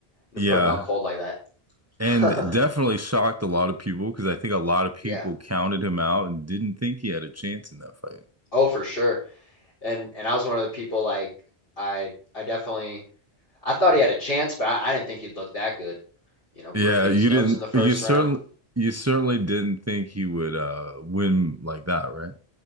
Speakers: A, on the left (about 60°); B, on the right (about 15°).
A: To
B: Yeah.
A: put him out cold like that. <laughs>
B: And definitely shocked a lot of people because I think a lot of people
A: Yeah.
B: counted him out and didn't think he had a chance in that fight.
A: Oh, for sure. And and I was one of the people like I I definitely I thought he had a chance, but I, I didn't think he'd look that good. You know, breaking
B: Yeah,
A: his
B: you
A: nose
B: didn't
A: in the first
B: you certainly
A: round.
B: you certainly didn't think he would uh win like that, right?